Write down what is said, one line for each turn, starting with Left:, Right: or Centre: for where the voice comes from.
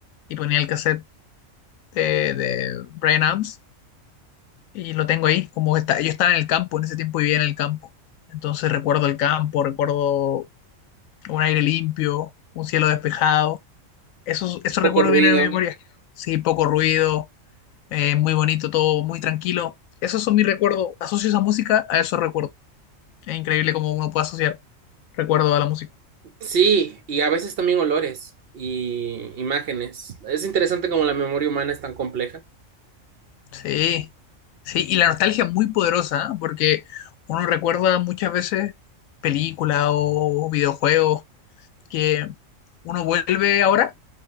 Left: y ponía el cassette de, de Brian Adams Y lo tengo ahí, como que está, yo estaba en el campo, en ese tiempo vivía en el campo. Entonces recuerdo el campo, recuerdo un aire limpio, un cielo despejado. Esos, esos
Right: Poco
Left: recuerdos
Right: ruido.
Left: vienen a mi memoria. Sí, poco ruido, eh, muy bonito todo, muy tranquilo. Esos son mis recuerdos. Asocio esa música a esos recuerdos. Es increíble cómo uno puede asociar recuerdos a la música.
Right: Sí, y a veces también olores y imágenes. Es interesante cómo la memoria humana es tan compleja.
Left: Sí, sí, y la nostalgia es muy poderosa, ¿eh? Porque uno recuerda muchas veces películas o videojuegos que uno vuelve ahora